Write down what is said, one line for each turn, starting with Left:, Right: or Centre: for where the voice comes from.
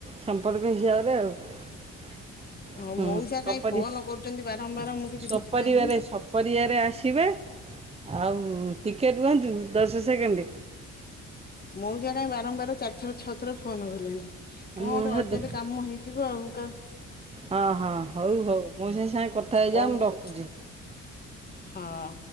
Right: ସମ୍ପର୍କ ହିସାବରେ ଆଉ। <inaudible>
Left: ହଁ
Right: ହୁଁପ
Left: ମଉସା କାଇଁ ଫୋନ କରୁଛନ୍ତି ବାରମ୍ବାର ମୁଁ କିଛି
Right: ସପରିବାରେ
Left: ବୁଝିପାରୁନି।
Right: ସପରଆରେ ଆସିବେ ଆଉ ଟିକେଟ କୁହନ୍ତୁ ଦଶ ସେକେଣ୍ଡରେ
Left: ମୁ ଯା କାଇ ବାରମ୍ବାର ଚାରିଥର ଛଅ ଥର ଫୋନ ଗଲିଣି? କଣ
Right: ମୋ
Left: ଗୋଟେ
Right: ସହିତ
Left: ଅର୍ଜେଣ୍ଟ କାମ ହେଇଥିବ ଆଉ।
Right: ହଁ ହଁ ହଉ ହଉ ମୁଁ ସେ ସାଙ୍ଗେ କଥା ହେଇଯା,
Left: କହୁଛି
Right: ମୁ ରଖୁଛି।
Left: ହଁ